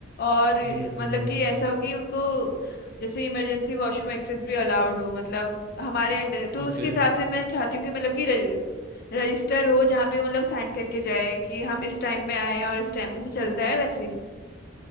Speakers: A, on the left; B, on the right.
A: और
B: हम्म हम्म
A: मतलब
B: हम्म,
A: कि ऐसा हो कि उनको जैसे इमरजेंसी वॉशरूम एक्सेस भी अलाउड हो मतलब हमारे अंडर तो
B: ओके
A: उसके हिसाब से मैं चाहती हूँ कि मतलब कि रजिस्टर हो जहाँ पे वो मतलब साइन करके जाए कि हम इस टाइम में आए हैं और इस टाइम जैसे चलता है वैसे ही